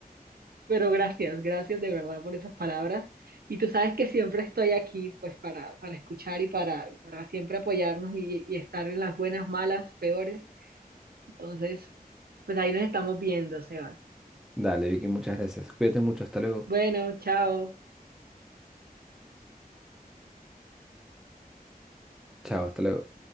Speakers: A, on the right; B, in the centre.
A: pero gracias, gracias de verdad por esas palabras. Y tú sabes que siempre estoy aquí pues para, para escuchar y para, y para siempre apoyarnos y, y estar en las buenas, malas, peores. Entonces, pues ahí nos estamos viendo, Sebas.
B: Dale, Vicky, muchas gracias. Cuídate mucho, hasta luego.
A: Bueno, chao.
B: Chao, hasta luego.